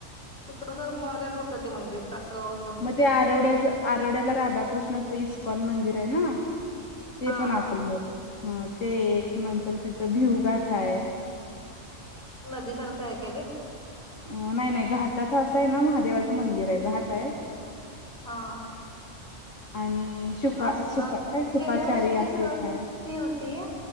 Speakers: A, in the centre; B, on the left.
A: तिकडं घर म त्या्त होतं ते मंदिर तासगाव गणपती
B: मग ते
A: मंदिर
B: आरवड्याच आरवड्याला राधाकृष्णाचं इस्कॉन मंदिर आहे ना. ते
A: हा
B: पण असेल
A: हा
B: मग हा ते एक नंतर तिथं भिवगाठा आहे.
A: नदीसारखं आहे काय ते?
B: अ नाही नाही घाटात असं आहे ना महादेवाचं मंदिर आहे, घाट आहे.
A: हा
B: आणि शुका
A: असणार
B: सुका काय सुकाचारी
A: गेल्या वर्षीची
B: असे
A: सहल
B: काय
A: ती होत्या.